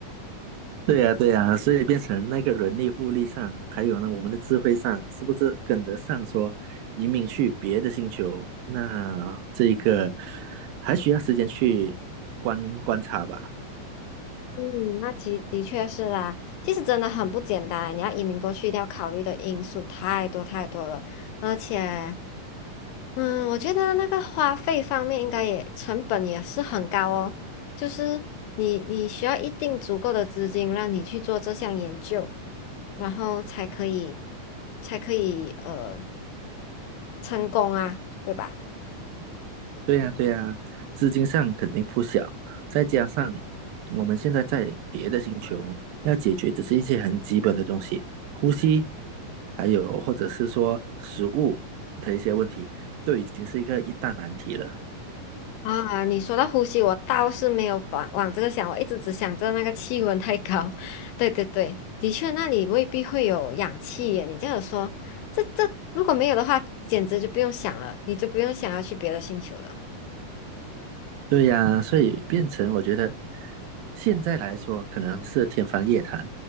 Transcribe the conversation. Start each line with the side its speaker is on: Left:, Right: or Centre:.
Right: 对呀，对呀，所以变成那个人力、物力上，还有呢，我们的智慧上，是不是跟得上说移民去别的星球？那这一个还需要时间去观观察吧？
Left: 嗯，那其的确是啦，其实真的很不简单。你要移民过去，一定要考虑的因素太多太多了，而且，嗯，我觉得那个花费方面应该也成本也是很高哦。就是你你需要一定足够的资金，让你去做这项研究，然后才可以才可以呃成功啊，对吧？
Right: 对呀，对呀，资金上肯定不小，再加上我们现在在别的星球，要解决只是一些很基本的东西，呼吸，还有或者是说食物的一些问题，都已经是一个一大难题了。
Left: 啊，你说到呼吸，我倒是没有往往这个想，我一直只想着那个气温太高。<laughs> 对对对，的确那里未必会有氧气耶。你这样说，这这如果没有的话，简直就不用想了，你就不用想要去别的星球了
Right: 对呀，所以变成我觉得现在来说可能是天方夜谭，